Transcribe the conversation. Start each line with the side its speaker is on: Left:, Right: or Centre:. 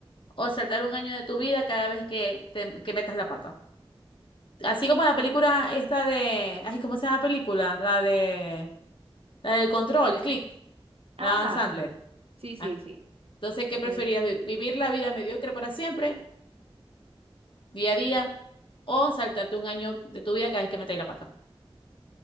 Left: o saltar un año de tu vida cada vez que, te- que metas la pata? Así como la película esta de... Ay, ¿cómo se llama la película? La de... La del control, click,
Right: Ajá.
Left: la de Adam Sandler.
Right: Sí, sí,
Left: Ah,
Right: sí.
Left: Entonces, ¿qué preferías?
Right: Eh,
Left: vi- ¿Vivir la vida mediocre para siempre, día a día, o saltarte un año de tu vida cada vez que metáis la pata?